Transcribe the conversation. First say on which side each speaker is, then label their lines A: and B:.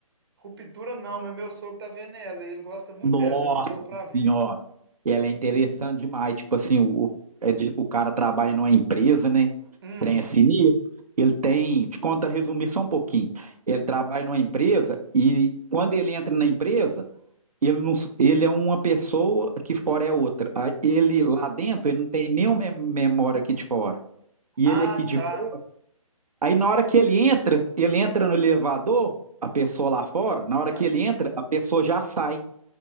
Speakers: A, on the right; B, on the right.
A: Ruptura não, mas meu sogro tá vendo ela, ele gosta muito
B: Nossa
A: dela, já me falou pra ver.
B: Senhora! E ela é interessante demais. Tipo assim, o, o é de- o cara trabalha numa empresa, né?
A: Hum,
B: Trem é sinistro. Ele tem, te conta resumir só um pouquinho. Ele trabalha numa empresa e quando ele entra na empresa. Ele, não, ele é uma pessoa que fora é outra. Aí Ele lá dentro, ele não tem nenhuma memória aqui de fora. E
A: ah,
B: ele aqui de
A: tá.
B: fora. Aí na hora que ele entra, ele entra no elevador, a pessoa lá fora, na hora
A: Ah.
B: que ele entra, a pessoa já sai.